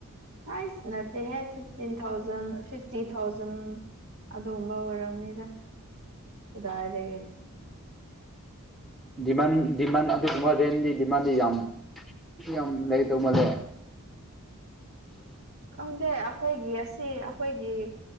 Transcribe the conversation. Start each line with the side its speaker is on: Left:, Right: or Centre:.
Right: ꯥꯍꯥꯏꯁ ꯅꯠꯇꯦꯍꯦ ꯐꯤꯐꯇꯤꯟ ꯊꯥꯎꯖꯟ ꯐꯤꯐꯇꯤ ꯊꯥꯎꯖꯟ ꯑꯗꯨꯒꯨꯝꯕ ꯑꯣꯏꯔꯝꯅꯤꯗ ꯀꯗꯥꯏꯗꯒꯤ
Centre: ꯗꯤꯃꯥꯟ ꯗꯤꯃꯥꯟ ꯑꯗꯨꯒꯨꯝꯕ ꯔꯦꯟꯗꯤ ꯗꯤꯃꯥꯟꯗꯤ ꯌꯥꯝ ꯌꯥꯝ ꯂꯩꯗꯧ ꯃꯥꯜꯂꯦ
Right: ꯈꯪꯗꯦ ꯑꯩꯈꯣꯏꯒꯤ ꯑꯁꯤ ꯑꯩꯈꯣꯏꯒꯤ